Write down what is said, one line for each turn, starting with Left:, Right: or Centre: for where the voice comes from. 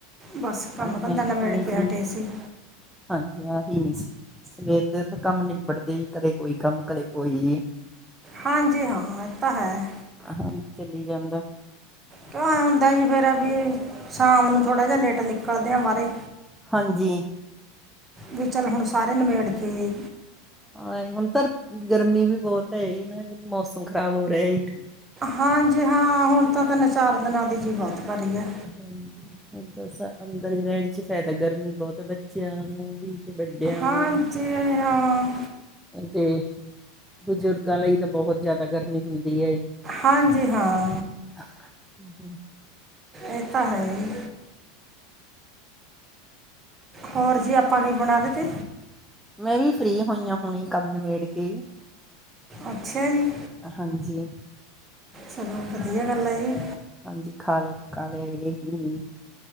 Right: ਬਸ ਕੰਮ
Centre: ਮੈਂ
Right: ਧੰਦਾ
Centre: ਵੀ
Right: ਨਿਬੇੜ
Centre: ਹੁਣੇ
Right: ਕੇ
Centre: ਫ੍ਰੀ
Right: ਹਟੇ ਸੀ।
Centre: ਹਾਂਜੀ, ਆਹੀ ਨਈ ਸੀ। ਸਵੇਰ ਦੇ ਤਾਂ ਕੰਮ ਨਿਬੜਦੇ ਈ, ਕਦੇ ਕੋਈ ਕੰਮ, ਕਦੇ ਕੋਈ।
Right: ਹਾਂਜੀ ਹਾਂ, ਏ ਤਾਂ ਹੈ।
Centre: ਹਾਂਜੀ, ਚਲੀ ਜਾਂਦਾ।
Right: ਕਿਉਂ ਐਂ ਹੁੰਦਾ ਜੀ? ਫੇਰ ਵੀ ਸ਼ਾਮ ਨੂੰ ਥੋੜਾ ਜੇਆ ਲੇਟ ਨਿਕਲਦੇ ਆ ਬਾਹਰੇ।
Centre: ਹਾਂਜੀ।
Right: ਵੀ ਚੱਲ ਹੁਨ ਸਾਰੇ ਨਿਬੇੜ ਕੇ ਈ
Centre: ਆਏ, ਹੁਨ ਤਰਫ ਗਰਮੀ ਵੀ ਬਹੁਤ ਹੈ ਈ ਨਾ, ਮੌਸਮ ਖ਼ਰਾਬ ਹੋ ਰੇਆ ਇਕ।
Right: ਹਾਂਜੀ, ਹਾਂ, ਹੁਨ ਤਾਂ ਤਿੰਨ-ਚਾਰ ਦਿਨਾਂ ਦੀ ਜੀ, ਬੋਤ ਭਾਰੀ ਐ।
Centre: ਹਾਂਜੀ, ਹੁਨ ਤਾਂ ਸਾ ਅੰਦਰ ਈ ਰਹਿਣ 'ਚ ਫਾਇਦਾ, ਗਰਮੀ ਬੋਤ ਐ ਬਈ। ਬੱਚਿਆਂ ਨੂੰ ਵੀ ਤੇ ਵੱਡਿਆਂ
Right: ਹਾਂਜੀ
Centre: ਨੂੰ
Right: ਹਾਂ
Centre: 'ਤੇ, ਬਜ਼ੁਰਗਾਂ ਲਈ ਤਾਂ ਬਹੁਤ ਜਾਦਾ ਗਰਮੀ ਹੁੰਦੀ ਏ।
Right: ਹਾਂਜੀ, ਹਾਂ।
Centre: ਆਹਾ, ਹੂੰ। <unintelligible>
Right: ਏਅ ਤਾਂ ਹੈ ਈ। ਹੋਰ ਜੀ, ਆਪਾਂ ਕੀ ਬਨਾ ਰੇ ਤੇ?
Centre: ਮੈਂ ਵੀ ਫ੍ਰਰੀ ਹੋਈ ਆ ਹੁਨੇ, ਕੰਮ ਨਿਬੇੜ ਕੇ।
Right: ਅੱਛਾ ਜੀ
Centre: ਹਾਂਜੀ
Right: ਚਲੋ ਵਧੀਆ ਗੱਲ ਏ ਇਹ
Centre: ਹਾਂਜੀ ਖਾ ਲਿਆ ਪਕਾ ਲਿਆ ਇਹ ਹੀ ਨੀ